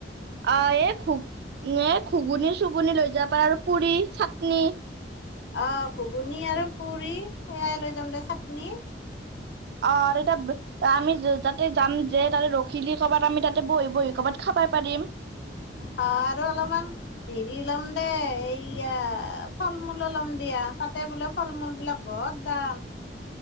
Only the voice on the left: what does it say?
অ', ঘুগুনী আৰু পুৰি সেয়াই লৈ যাম দে চাটনি।
অ', আৰু অলপমান হেৰি ল'ম দে এইয়া ফল-মূলো লম দিয়া। তাতে বোলে ফল-মূল বিলাক বহুত দাম।